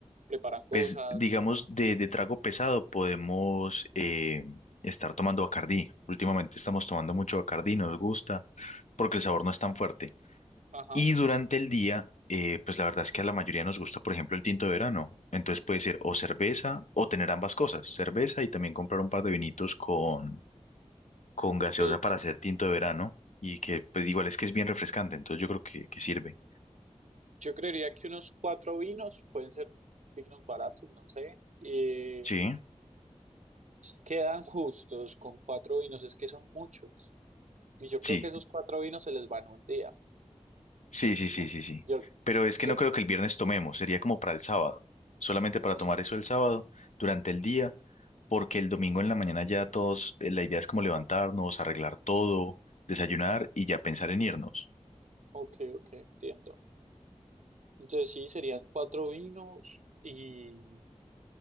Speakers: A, on the right; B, on the left.
A: preparan cosas,
B: Pues digamos, de, de trago pesado podemos eh, estar tomando Bacardí. Últimamente estamos tomando mucho Bacardí, nos gusta, porque el sabor no es tan fuerte.
A: ajá,
B: Y durante el día, eh, pues la verdad es que a la mayoría nos gusta, por ejemplo, el tinto de verano. Entonces puede ser o cerveza o tener ambas cosas, cerveza y también comprar un par de vinitos con, con gaseosa
A: sí.
B: para hacer tinto de verano. Y que pues igual es que es bien refrescante, entonces yo creo que, que sirve.
A: Yo creería que unos cuatro vinos, pueden ser vinos baratos, no sé, eh,
B: Sí,
A: quedan justos con cuatro vinos, es que son muchos. Y yo
B: sí,
A: creo que esos cuatro vinos se les van un día.
B: Sí, sí, sí,
A: Ujú.
B: sí, sí.
A: Yo,
B: Pero es que
A: yo,
B: no creo que el viernes tomemos, sería como para el sábado, solamente para
A: sí,
B: tomar eso el sábado durante el día, porque el domingo en la mañana ya todos, eh, la idea es como levantarnos, arreglar todo, desayunar y ya pensar en irnos.
A: ok, ok, entiendo. Entonces sí, serían cuatro vinos y